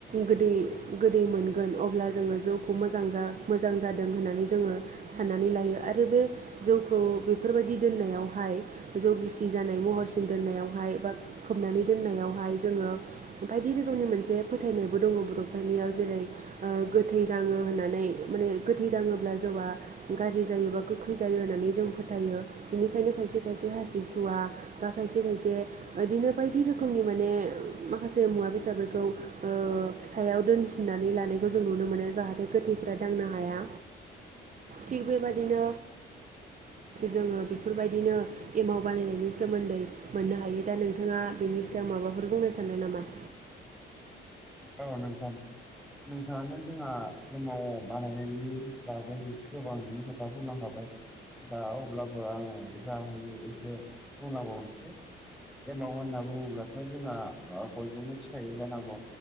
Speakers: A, on the right; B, in the centre.
A: गोदै गोदै मोनगोन अब्ला जोङो जौखौ मोजां जा मोजां जादों होननानै जोङो साननानै लायो आरो बे जौखौ बेफोरबायदि दोननायावहाय जौ गिसि जानाय महरसिम दोननायावहाय बा खोबनानै दोननायावहाय जोङो बायदि रोखोमनि मोनसे फोथायनायबो दङ बर'फोरनियाव जेरै ओ गोथै दाङो होननानै माने गोथै दाङोब्ल जौआ गाज्रि जायोबा गोखै जायो होननानै जों फोथायो बेनिखायनो खायसे खायसे हासिबसुवा बा खायसे खायसे बिदिनो बायदि रोखोमनि माने माखासे मुवा बेसादफोरखौ ओ फिसायाव दोनसिननानै लानायखौ जों नुनो मोनो जाहाथे गोथैफ्रा दांनो हाया।
B: <inaudible>
A: थिग बेबायदिनो जोङो बेफोरबायदिनो एमाव बानायनायनि सोमोन्दै मोननो हायो दा नोंथाङा बेनि सायाव माबाफोर बुंनो सानदों नामा?
B: औ नोंथां। नोंथाङानो जोंहा एमाव बानायनायनि बागै गोबाङैनो खोथा बुंलांखाबाय। दा अब्लाबो आङो जा हायो एसे बुंलांबावनोसै एमाव होनना बुङोब्लाथ' जोंहा बयबो मिथिखायो जानांगौ।